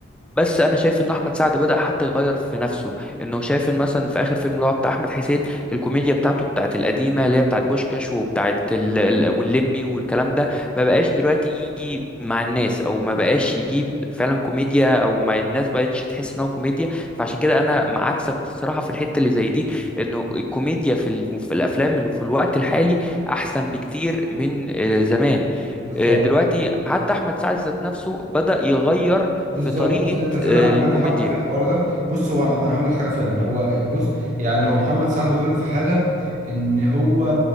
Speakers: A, in the centre; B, on the right.
A: بس انا شايف ان احمد سعد بدأ حتى يغير في نفسه انه شايف ان مثلا في اخر فيلم اللي هو بتاع احمد حسين الكوميديا بتاعته بتاعت القديمه اللي هي بتاعت بوشكاش وبتاعت ال... ال- والليمبي والكلام ده ما بقاش دلوقتي يجي مع الناس او ما بقاش يجيب فعلا كوميديا او ما الناس بقتش تحس ان هو كوميديا فعشان كده انا مع عكسك الصراحه في الحته اللي زي دي انه الكوميديا في, ال... في الافلام اللي في الوقت الحالي احسن بكتير من آه، زمان
B: بالظبط
A: آه، دلوقتي حتى احمد سعد ذات نفسه بدأ يغير
B: بالظبط
A: في طريقة
B: بص انت فعلا
A: آه،
B: عندك
A: الكوميديا
B: حق في الحوار ده بص هو انا هقول لك حاجه فعلا هو بص يعني هو محمد سعد غلط في حاجه ان هو